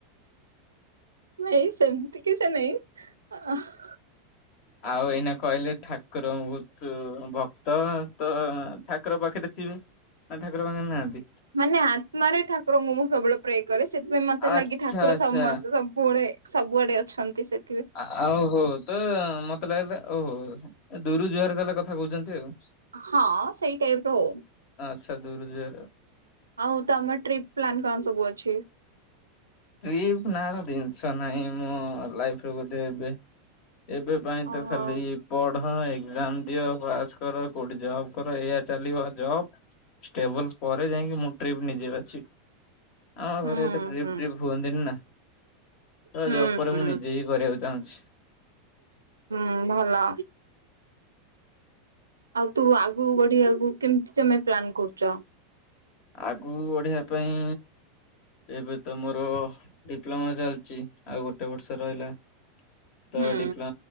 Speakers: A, on the right; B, on the left.
A: ନାଇଁ ସେମିତି କିଛି ନାଇଁ‌ ଆ <unintelligible>
B: ଆଉ ଏଇନା କହିଲେ ଠାକୁର ବୋହୁତ ଭକ୍ତ ତ ଠାକୁର ପାଖରେ ଥିବେ। ନା ଠାକୁର ପାଖରେ ନାହାନ୍ତି।
A: ମାନେ ଆତ୍ମାରେ ଠାକୁରଙ୍କୁ ମୁଁ ସବୁବେଳେ ପ୍ରେ କରେ। ସେଥିପାଇଁ ମତେ
B: ଆଚ୍ଛା
A: ଲାଗେ ଠାକୁର
B: ଆଚ୍ଛା।
A: ସମ ସବୁବେଳେ ସବୁଆଡେ ଅଛନ୍ତି ସେ।
B: ଆଉ ହୋ ତ ମତେ ଲାଗିଲା। ଓହୋ ଦୁରୁ ଜୁହାର ତାହେଲେ କଥା କୋହୁଚନ୍ତି ଆଉ।
A: ହଁ ସେଇ ଟାଇପର ଆଉ।
B: ଆଚ୍ଛା ଦୁରୁ ଜୁହାର।
A: ଆଉ ତମ ଟ୍ରିପ ପ୍ଲାନ କଣ ସବୁ ଅଛି।
B: ଟ୍ରିପ ନା ର ଜିନିଷ ନାହିଁ ମୋ ଲାଇଫିରେ ବୋଧେ ଏବେ, ଏବେ ପାଇଁ
A: ଓହୋ
B: ତ ଖାଲି ପଢ ଏକ୍ଜାମ ଦିଅ ପାସ୍ କର କୋଉଠି ଜବ୍ କର ଏଇଆ ଚାଲିବ ଜବ୍। ଷ୍ଟେବଲ ପରେ ଯାଇକି ମୁଁ ଟ୍ରିପ୍ ନିଯେ ବାଛିବି। ଆମ
A: ହୁଁ
B: ଘରେ ଏତେ ଟ୍ରିପ
A: ହୁଁ
B: ଦିନା ନା ତ
A: ହୁଁ
B: ଜବ୍ ପରେ
A: ହୁଁ।
B: ମୁଁ ନିଜେ ହି କରିବାକୁ ଚାହୁଁଚି।
A: ହୁଁ ଭଲ। ଆଉ ତୁ ଆଗକୁ ବଢିବାକୁ କେମିତି ତମେ ପ୍ଲାନ୍ କରୁଚ।
B: ଆଗୁକୁ ବଢିବା ପାଇଁ ଏବେ ତ ମୋର ଡିପ୍ଲମା ଚାଲିଚି, ଆଉ ଗୋଟେ ବର୍ଷ ରହିଲା। ତ
A: ହୁଁ
B: ଡିପ୍ଲମା